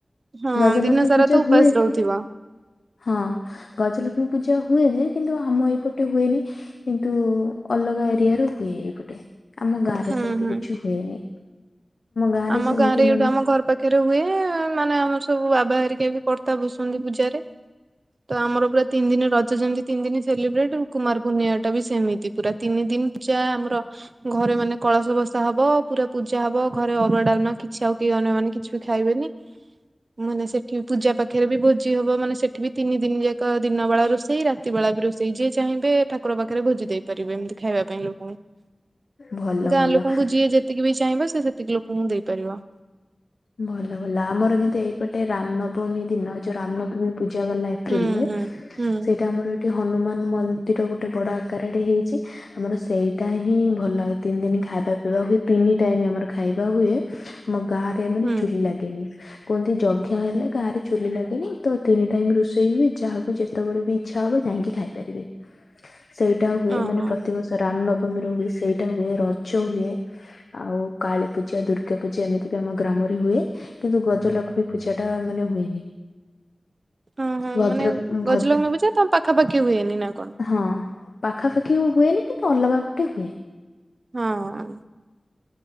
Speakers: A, on the right; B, on the left.
A: ହଁ
B: ଗଜ
A: ଦିନ
B: ଲକ୍ଷ୍ମୀ
A: ସାରା
B: ପୂଜା
A: ତ ଉପାସ
B: ହୁଏ
A: ରହୁଥିବ
B: କି? ହଁ ଗଜଲକ୍ଷ୍ମୀ ପୂଜା ହୁଏ ଯେ କିନ୍ତୁ ଆମ ଏପଟେ ହୁଏନି। କିନ୍ତୁ ଅଲଗା ଏରିଆ ରୁ ହୁଏ ଏଇପଟେ ଆମ ଗାଁ
A: ହୁଁ
B: ରେ ସେମିତି
A: ହୁଁ।
B: କିଛି ହୁଏନି। ଗାଁ ରେ
A: ଆମ
B: ସେମିତି
A: ଗାଁରେ
B: ମାନେ
A: ଇଉଟୁ ଆମ ଘର ପାଖ ପାଖେରେ ହୁଏ ମାନେ ଆମର ସବୁ ବାବା ହେରିକା ବି କର୍ତ୍ତା ବସନ୍ତି ପୂଜାରେ। ତ ଆମର ପୁରା ତିନି ଦିନି ରଜ ଯେମତି ତିନି ଦିନି ସେଲିବ୍ରେଟ୍ କୁମାର ପୂର୍ଣିଆ ଟା ବି ସେମିତି। ପୁରା ତିନି ଦିନି ପୂଚା ଆମର ଘରେ ମାନେ କଳସ ବସା ହବ ପୁରା ପୂଜା ହବ ଘରେ ଅରୁଆ ଡାଲମା କିଛି ଆଉ କେହି ଅନ୍ୟ ମାନେ କିଛି ବି ଖାଇବେନି ମାନେ ସେଠି ପୂଜା ପା ଖେରେ ବି ଭୋଜି ହବ ମାନେ ସେଠି ବି ତିନି ଦିନି ଯାକ ଦିନ ବଳା ରୋଷେଇ ରାତି ବଳା ବି ରୋଷେଇ ଯିଏ ଚାହିଁବେ ଠାକୁର ପାଖରେ ଭୋଜି ଦେଇ ପାରିବେ ଏମିତି ଖାଇବା ପାଇଁ ଲୋକଙ୍କୁ
B: ଭଲ
A: ଗାଁ
B: ଭଲ
A: ଲୋକଙ୍କୁ ଯିଏ ଯେ ତିକି ବି ଚାହିଁବ ସେ ସେତିକି ଲୋକଙ୍କୁ ଦେଇପାରିବ।
B: ଭଲ ଭଲ ଆମର କିନ୍ତୁ ଏଇପଟେ ରାମ୍ ନବମୀ ଦିନ ଯୋଉ ରାମ୍ ନବମୀ ପୂଜା ଗଲା ଏ ପ୍ରିଲ୍
A: ହୁଁ
B: ରେ
A: ହୁଁ ହୁଁ
B: ସେଇଟା ଆମର ଏଠି ହନୁମାନ ମନ୍ଦିର ଗୋଟେ ବଡ ଆକାରାଟେ ହେଇଛି ଆମର ସେଇଟା ହିଁ ଭଲ୍ଲାଗେ ତିନି ଦିନି ଖାଇବା ପିଇବା ହୁଏ ତିନି ଟାଇମ୍ ଆମର ଖାଇବା ହୁଏ ଆମ ଗାଁ ରେ ମାନେ
A: ହୁଁ
B: ଚୁଲି ଲାଗେନି। କୁହନ୍ତି ଯଜ୍ଞ ହେଲେ ଗାଁରେ ଚୁଲି ଲାଗେନି ତ ତିନି ଟାଇମ୍ ରୋଷେଇ ହୁଏ ଯାହାକୁ ଯେତବେଳେ ବି ଇଛା ହବ ଯାଇକି ଖାଇ ପାରିବେ ସେଇଟା ହୁଏ
A: ଓହୋ
B: ମାନେ ପ୍ରତିବର୍ଷ ରାମ୍ ନ ବମୀ ର ହୁଏ ସେଇଟା ହୁଏ ରଜ ହୁଏ ଆଉ କାଳୀ ପୂଜା ଦୁର୍ଗା ପୂଜା ଏମିତି ଆମ ଗ୍ରାମରେ ହୁଏ କିନ୍ତୁ ଗଜଲକ୍ଷ୍ମୀ ପୂଜା ଟା ମାନେ ହୁଏନି।
A: ହଁ ହଁ
B: ଭଦ୍ରକ
A: ମାନେ
B: ଭଦ୍ର
A: ଗଜଲଗଷ୍ମୀ ପୂଜା ତମ ପାଖାପାଖି ହୁଏନି ନା କଣ?
B: ହଁ। ପାଖାପାଖି ହୁଏନି କିନ୍ତୁ ଅଲଗା ପଟେ ହୁଏ।
A: ହଁ।